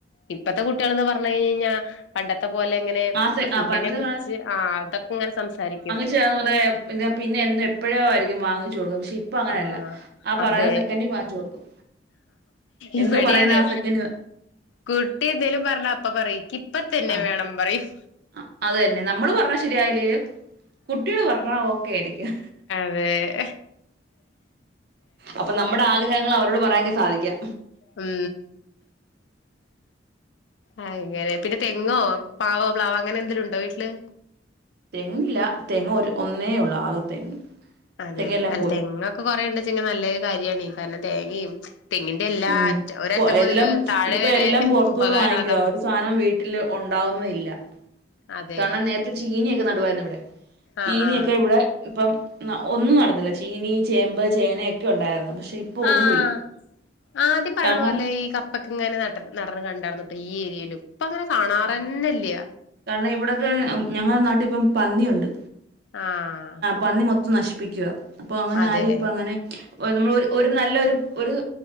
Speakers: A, on the left (about 80°); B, on the right (about 60°).
A: ഇപ്പത്തെ കുട്ടികളന്ന് പറഞ്ഞ് കഴിഞ്ഞാൽ പണ്ടത്തെ പോലെ ഇങ്ങനെ
B: ആ സെ
A: ഫുഡിനെ
B: ആ പണ്ടത്തെ
A: കുറിച്ച് ആഹ് അതൊക്കെ ഇങ്ങനെ സംസാരിക്കും
B: ന്ന് പറഞ്ഞ പിന്നെ പിന്നെ എനും എപ്പോഴോയിരിക്കും വാങ്ങിച്ചു കൊടുക്കും പക്ഷെ ഇപ്പൊ അങ്ങനല്ല
A: ആഹ്
B: ആ പറയുന്ന
A: അതെ
B: സെക്കൻഡിൽ വാങ്ങിച്ചു കൊടുക്കും എന്തോ
A: ഇവിടെ
B: പറയുന്ന
A: അതെ
B: ആ സെക്കൻഡ്
A: കുട്ടി എന്തേലും പറഞ്ഞ അപ്പം പറയും ഇക്കി ഇപ്പ തന്നെ
B: ആ
A: വേണം പറയും
B: ആ അത് തന്നെ നമ്മള് പറഞ്ഞാ ശരിയല്ലേലും കുട്ടികള് പറഞ്ഞ ഓക്കെ ആയിരിക്കും
A: അതേ
B: അപ്പൊ നമ്മുടെ ആഗ്രഹങ്ങൾ അവരോട് പറയാങ്ക സാധിക്കാ
A: ഉം ആ അങ്ങനെ പിന്നെ തെങ്ങോ പാവോ പ്ലാവോ അങ്ങനെ എന്തേലും ഉണ്ടോ വീട്ടില്
B: തെങ്ങില്ല തെങ്ങ് ഒരു ഒന്നേ ഒള്ളു ആകെ തെങ്ങ്
A: അതെ
B: തെങ്ങെല്ലാം
A: അല്ല
B: പോയി
A: തെങ്ങൊക്കെ കൊറേുണ്ടെച്ചെങ്കി നല്ലൊരു കാര്യമാണ് കാരണം തേങ്ങയും തെങ്ങി എല്ലാ
B: ഉം
A: അറ്റ ഒരറ്റ
B: പൊ-
A: മുതല്
B: എല്ലാം
A: താഴെ
B: ഇപ്പൊ
A: വരെ
B: എല്ലാം പുറത്തുന്ന്
A: ഉപകാരുള്ളതാ
B: വാങ്ങിക്കുവാ ഒരു സാധനം വീട്ടില് ഉണ്ടാവുന്നില്ല
A: അതെ
B: കാരണം നേരത്തെ ചീനിയൊക്കെ നടുവായിരുന്നു ഇവിടെ ചീനൊക്കെ
A: ആഹ് ആഹ്
B: ഇവിടെ ഇപ്പം ഒന്നും നടുന്നില്ല ചീനി ചേമ്പ് ചേനയൊക്കെ ഉണ്ടായിരുന്നു പക്ഷെ ഇപ്പം ഒന്നുമില്ല
A: ആഹ് ആദ്യം പഴവല്ലേ
B: കാരണം
A: ഈ കപ്പക്ക് ഇങ്ങനെ നട നടന്ന് കണ്ടായിടന്നുട്ടോ ഈ ഏരിയയില് ഇപ്പ അങ്ങനെ കാണാറന്നല്ല്യ
B: ആ കാരണം ഇവിടൊക്കെ ഞങ്ങള നാട്ടിൽ ഇപ്പം പന്നിയുണ്ട്
A: ആഹ്
B: പന്നി മൊത്തം നശിപ്പിക്കുവ അപ്പൊ അങ്ങനെ
A: അതെ
B: ആരെ ഇപ്പെ അങ്ങനെ ഓ നമ്മൾ ഒരു നല്ല ഒരു ഒരു